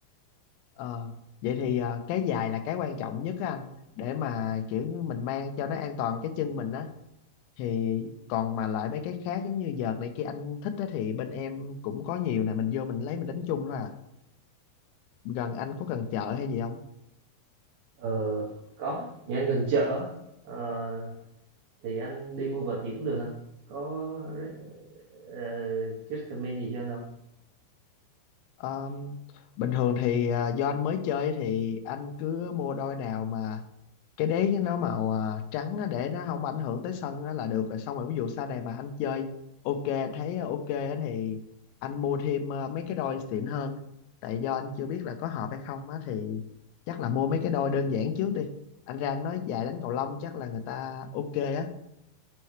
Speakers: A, on the left; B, on the right.
A: Ờ, vậy thì ờ, cái giày là cái quan trọng nhất á anh để mà kiểu như mình mang cho nó an toàn cái chân mình á thì còn mà lại mấy cái khác giống như vợt này kia anh thích á thì bên em cũng có nhiều nè mình vô mình lấy mình đánh chung thôi à gần anh có gần chợ hay gì không
B: Ờ, có, nhà anh gần chợ. á. Ờ, thì anh đi mua vợt gì cũng được hông? Có re ờ, recommend gì cho anh không
A: Ờ, bình thường thì ờ, do anh mới chơi thì anh cứ mua đôi nào mà cái đế nó màu à, trắng á, để nó không ảnh hưởng tới sân á là được rồi xong rồi ví dụ sau này mà anh chơi ok anh thấy ok á thì anh mua thêm à, mấy cái đôi xịn hơn tại do anh chưa biết là có hợp hay không á thì chắc là mua mấy cái đôi đơn giản trước đi anh ra anh nói dài đánh cầu lông chắc là người ta ok á